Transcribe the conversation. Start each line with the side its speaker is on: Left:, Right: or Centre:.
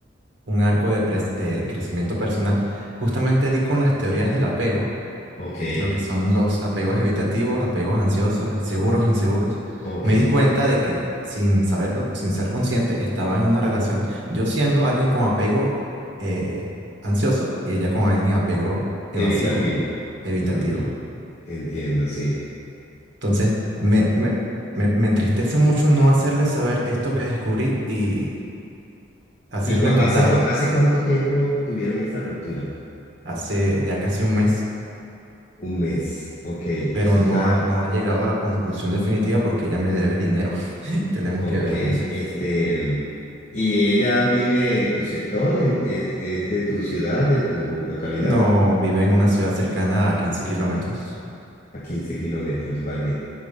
Right: un arco de, pres- de crecimiento personal, justamente di con las teorías del apego,
Left: ok,
Right: de lo que son los apegos evitativos, apegos ansiosos, eh, seguros, inseguros.
Left: ok,
Right: Me di cuenta de que sin saberlo, sin ser consciente, estaba en una relación, yo siendo alguien con apego eh, ansioso y ella con alguien apego
Left: evitativo.
Right: evasivo, evitativo.
Left: Ujú, Entiendo, sí.
Right: Entonces, me, me, me, me entristece mucho no hacerle saber esto que descubrí y hacerle
Left: ¿Y cua-
Right: notar
Left: hace, cua- hace cuánto tiempo tuvieron esta ruptura?
Right: hace ya casi un mes
Left: Un mes, ok,
Right: pero
Left: esto está,
Right: no ha, no ha llegado a la conclusión definitiva porque ella me debe dinero. <laughs> Tenemos
Left: ok,
Right: que vernos.
Left: este... mm, ¿Y ella vive en tu sector? En, es, es de tu ciudad, de tu localidad?
Right: No, vive en una ciudad cercana a quince kilómetros.
Left: A 15 kilómetros, vale.